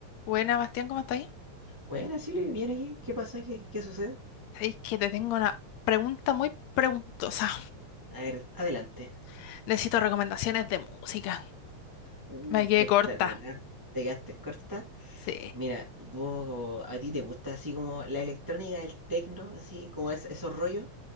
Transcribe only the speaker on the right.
Bueno, así lo viene aquí. ¿Qué pasa? ¿Qué, qué sucede?
A ver, adelante.
Uh,
espectacular.
Te quedaste corta.
Mira, vos, ¿a ti te gusta así como la electrónica, el tecno, así como es, esos rollos?